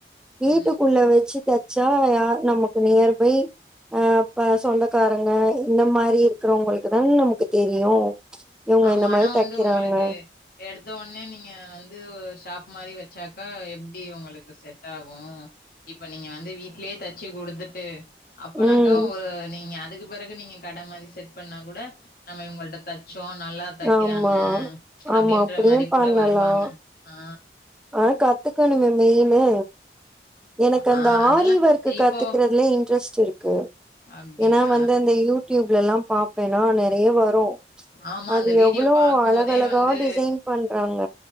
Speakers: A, in the centre; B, on the left.
A: வீட்டுக்குள்ள
B: ம்
A: வச்சு தைச்சா யா நமக்கு நியர்பை அ அப்ப சொந்தக்காரங்க இந்த மாரி இருக்கிறவங்களுக்குதா நமக்கு. தெரியு இவங்க
B: ஆமா
A: இந்த
B: ஆனா
A: மாரி
B: வந்து
A: தைக்கிறாங்க
B: உங்களுக்கு எடுத்த உடனே நீங்க வந்து ஷாப் மாரி வச்சாக்கா எப்டி உங்களுக்கு செட் ஆகு இப்ப நீங்க வந்து வீட்லயே தச்சு கொடுத்து துட்டு அப்பனாக்கா
A: ம்
B: நீங்க அதுக்கு பிறகு நீங்க கட மாரி செட் பண்ணா கூட நம்ம இவங்கல்ட தச் சோ நல்லா தைக்கிறாங்க
A: ஆமா ஆமா
B: அப்டின்ற
A: அப்டியு
B: மாரி
A: பண்ணலா
B: கூட வருவாங்க ஆ
A: ஆனா கத்துக்கணுமே மெயினு எனக்கு அந்த
B: ஆ அதெல்லா
A: ஆரிவொர்க்கு
B: இப்போ
A: கத்துக்கிறதுல இன்ட்ரெஸ்ட் இருக்கு
B: அப்டியா
A: ஏனா வந்து அந்த யூடியூப்லல்லா பாப்பேனா நெறைய வரு
B: ஆமா
A: அது
B: அந்த வீடியோ
A: எவ்ளோ
B: பாக்கும்போதே
A: அழகழகா
B: வந்து
A: டிசைன் பண்றாங்க